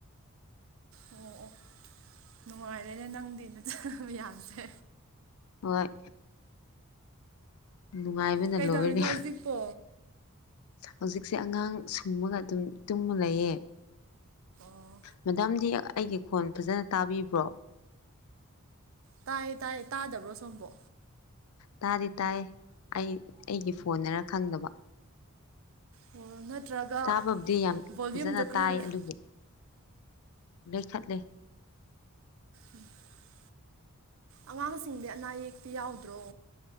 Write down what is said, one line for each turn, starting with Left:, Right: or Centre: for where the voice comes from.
Right: ꯑꯣ ꯑꯣ ꯅꯨꯡꯉꯥꯏꯔꯦꯅꯦ ꯅꯪꯗꯤ ꯅꯆꯥ ꯃꯌꯥꯝꯁꯦ
Left: ꯍꯣꯏ ꯅꯨꯡꯉꯥꯏꯕꯅ
Right: ꯀꯩꯗꯧꯔꯤꯅꯣ
Left: ꯂꯣꯏꯔꯦ
Right: ꯍꯧꯖꯤꯛꯄꯣ
Left: ꯍꯧꯖꯤꯛꯁꯦ ꯑꯉꯥꯡ ꯁꯨꯝꯃꯒꯥ ꯑꯗꯨꯝ ꯇꯨꯝꯃ ꯂꯩꯌꯦ
Right: ꯑꯣ
Left: ꯃꯦꯗꯥꯝꯗꯤ ꯑꯩꯒꯤ ꯈꯣꯟ ꯐꯖꯅ ꯇꯥꯕꯤꯕ꯭ꯔꯣ
Right: ꯇꯥꯏꯌꯦ ꯇꯥꯏꯌꯦ ꯇꯥꯗꯕ꯭ꯔꯣ ꯁꯣꯝꯕꯣ
Left: ꯇꯥꯗꯤ ꯇꯥꯏ ꯑꯩ ꯑꯩꯒꯤ ꯐꯣꯟꯅꯔꯥ ꯈꯪꯗꯕ
Right: ꯑꯣ ꯅꯠꯇ꯭ꯔꯒ
Left: ꯇꯥꯕꯕꯨꯗꯤ ꯌꯥꯝ
Right: ꯚꯣꯂ꯭ꯌꯨꯝꯗꯣ
Left: ꯐꯖꯅ
Right: ꯈꯔ
Left: ꯇꯥꯏ
Right: ꯂꯩ
Left: ꯑꯗꯨꯕꯨ ꯂꯩꯈꯠꯂꯦ
Right: ꯎꯝ <inaudible> ꯑꯉꯥꯡꯁꯤꯡꯗꯤ ꯑꯅꯥ ꯑꯌꯦꯛꯇꯤ ꯌꯥꯎꯗ꯭ꯔꯣ